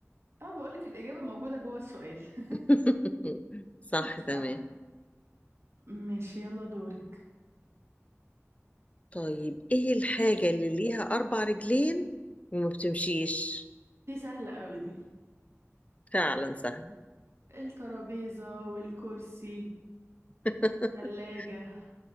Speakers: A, on the right (about 60°); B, on the left (about 25°).
A: اه بقولك الاجابة موجودة جوه السؤال <laughs>
B: <laughs> صح
A: صح
B: تمام
A: ماشي يلا دورك
B: طيب ايه الحاجة اللي ليها اربع رجلين وما بتمشيش
A: دي سهلة قوي دي
B: فعلا سهل
A: الترابيزة والكرسي
B: <laughs>
A: الثلاجة